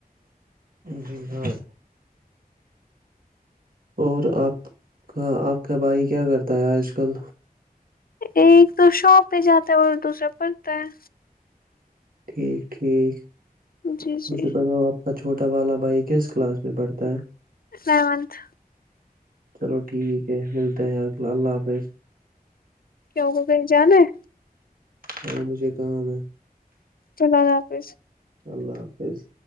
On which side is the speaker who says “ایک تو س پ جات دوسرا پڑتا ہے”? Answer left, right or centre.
Left